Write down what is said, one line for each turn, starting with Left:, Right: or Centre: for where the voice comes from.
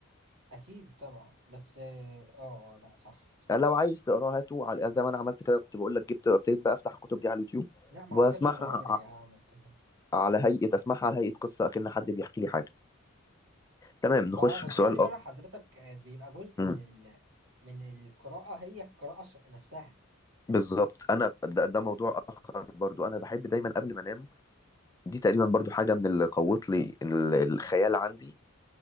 Right: أكيد طبعا بس آه آه، آه، لا صح صح
Left: يعني لو عايز تقراه هاته على يعني زي ما انا عملت كده كنت بقول لك جبت ابتديت بقى افتح الكتب دي على اليوتيوب
Right: لا ما
Left: واسمعها
Right: أعتقدش إن عمري
Left: ع-
Right: هعمل كده
Left: على هيئه اسمعها على هيئه قصه اكن حد بيحكي لي حاجه تمام نخش
Right: ما اه بس
Left: في سؤال
Right: خلي بالك
Left: اخر
Right: حضرتك آه، بيبقى جزء
Left: مم.
Right: من ال... من القراءة هي القراءة ص- نفسها
Left: بالظبط انا ده, ده موضوع اخر برضو انا بحب دايما قبل ما انام دي تقريبا برضو حاجة من اللي قوت لي ال- الخيال عندي